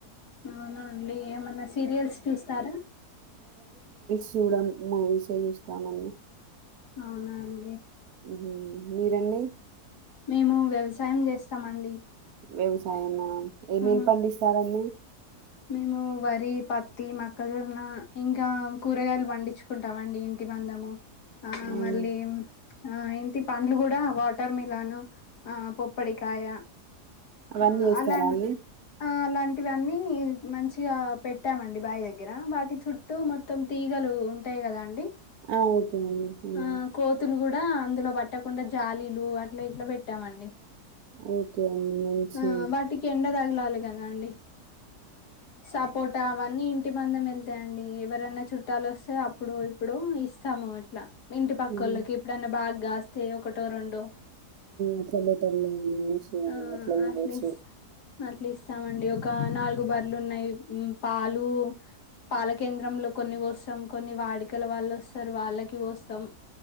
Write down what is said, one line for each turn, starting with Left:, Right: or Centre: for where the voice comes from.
Left: అవునా అండి ఏమన్నా సీరియల్స్ చూస్తారా
Right: చూడను మూవీసే చుస్తామ్ అండి
Left: అవునా అండి
Right: మ్ మిరాండి
Left: మేము వ్యవసాయం చేస్తామండి
Right: వ్యవసాయమ ఏమేమి
Left: ఆ
Right: పండిస్తారండి
Left: మేము వరి పత్తి మక్కజొన్న ఇంకా కూరగాయలు పండించుకుంటాం అండి ఇంటి మందము ఆ
Right: అవునా
Left: మళ్ళీ ఆ ఇంటి పండ్లు కూడా వాటర్ మిలాన్ ఆ పొప్పడికాయ
Right: అవన్నీ
Left: ఆ
Right: చేస్తారా
Left: అలా
Right: అండి
Left: అలాంటివన్నీ మంచిగా పెట్టామండి బాయి దగ్గర వాటి చుట్టూ మొత్తం తీగలు ఉంటాయి కదా అండి
Right: ఆ ఓకే అండి హ్మ్
Left: ఆ కోతులు కూడా అందులో పట్టకుండా జాలీలు అట్లా ఇట్లా పెట్టామండి
Right: ఓకే అండి మంచిది
Left: ఆ వాటికి ఎండ తగలాలి కదా అండి సపోట్ అవన్నీ ఇంటి మందం వెళ్తాయండి ఎవరన్నా చుట్టాలు వస్తే అప్పుడో ఇప్పుడో ఇస్తాము ఇట్లా ఇంటి పక్కల్లోకి
Right: మ్మ్.
Left: ఇప్పుడైనా బాగ్గాస్తే ఒకటో రెండో
Right: అట్లా బెటర్ లే అండి మంచిగ
Left: ఆ
Right: అట్ల ఇవ్వొచ్చు
Left: అట్లా ఇస్ అట్లా ఇస్తామండి ఒక నాలుగు బర్లు ఉన్నాయి పాలు పాలకేంద్రంలో కొన్ని పోస్తాం కొన్ని వాడికల వాళ్ళు వస్తారు వాళ్ళకి పోస్తాం